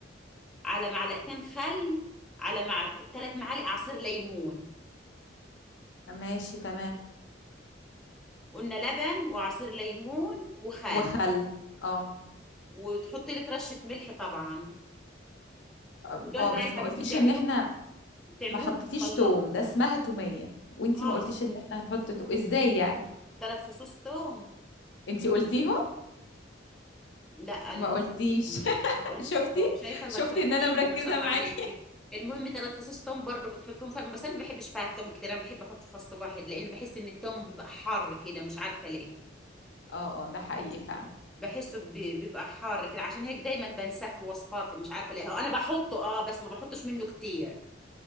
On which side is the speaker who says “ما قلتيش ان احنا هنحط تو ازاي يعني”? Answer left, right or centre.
Left